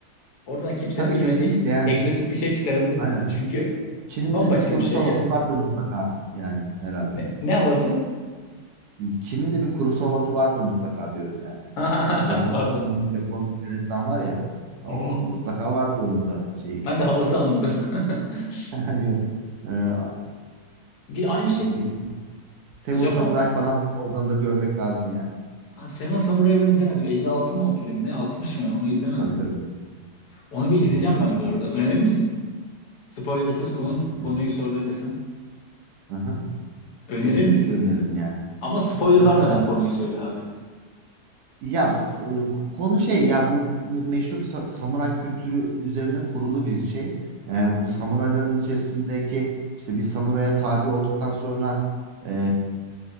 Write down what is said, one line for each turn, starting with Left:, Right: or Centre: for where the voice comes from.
Left: oradan kimsenin
Right: Tabii
Left: bilmediği
Right: kesinlikle yani
Left: egzotik bir şey çıkarabiliriz.
Right: aynen.
Left: Çünkü
Right: Çin'in
Left: bambaşka
Right: de bir kuru
Left: bir şey
Right: havası
Left: ya.
Right: vardır mutlaka yani herhalde.
Left: Ne, ne havası?
Right: Çin'in de bir kuru havası vardır mutlaka diyorum yani.
Left: <laughs>
Right: Japon
Left: Pardon.
Right: Japon yönetmen var ya o
Left: Hı hı.
Right: mutlaka vardır onun da şeyi.
Left: Ben de havası anladım. <laughs>
Right: <laughs> Yok. Ee,
Left: Bir aynı şey
Right: işte bir Seven
Left: Japon
Right: Samurai falan oradan da görmek lazım yani.
Left: Ha, Seven Samuray'ı ben izlemedim. 56 mı o film ne? altmış mı? Onu izlemedim.
Right: Tabii tabii.
Left: Onu bir izleyeceğim
Right: Elli 50.
Left: ben bu arada. Önerir misin? Spoilersız konu,
Right: Kesinlikle.
Left: konuyu söyle desem.
Right: Aha.
Left: Önerir
Right: Kesinlikle
Left: misin?
Right: öneririm yani.
Left: Ama spoiler
Right: Tabii
Left: vermeden
Right: tabii.
Left: konuyu söyle abi.
Right: Ya e, konu şey ya bu me- meşhur sa- samuray kültürü üzerine kurulu bir şey. E, bu samurayların içerisindeki işte bir samuraya tabi olduktan sonra e,